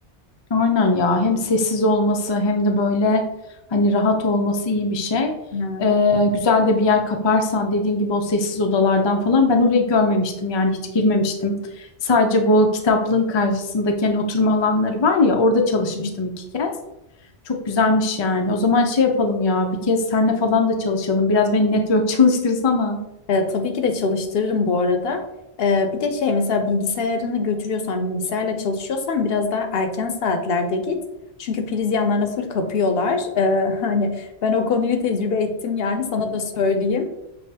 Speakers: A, on the left; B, on the left.
A: Aynen ya. Hem sessiz olması hem de böyle hani rahat olması iyi bir şey.
B: Hı
A: Ee, güzel de bir yer kaparsan dediğin gibi o sessiz odalardan falan ben orayı görmemiştim yani hiç girmemiştim. Sadece bu kitaplığın karşısındaki hani oturma alanları var ya orada çalışmıştım
B: hı.
A: iki kez. Çok güzelmiş yani. O zaman şey yapalım ya bir kez senle falan da çalışalım. Biraz beni network <laughs> çalıştırsana.
B: E, tabii ki de çalıştırırım bu arada. E, bir de şey mesela bilgisayarını götürüyorsan, bilgisayarla çalışıyorsan biraz daha erken saatlerde git. Çünkü priz yanlarına full kapıyorlar. E, <laughs> hani ben o konuyu tecrübe ettim yani sana da söyleyeyim.